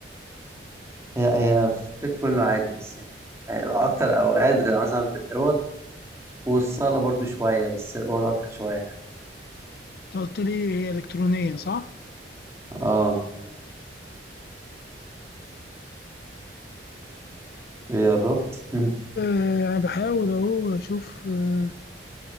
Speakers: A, on the right; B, on the left.
A: هي هي في البيت كله عادي بس يعني اكتر اوقات بتبقى مثلا في الاوض والصاله برضو شويه بس الاوض اكتر شويه يعني
B: انت قلت لي هي إلكترونية صح؟
A: اه ايه قربت <laughs>
B: آه، أنا بحاول أهو أشوف آه،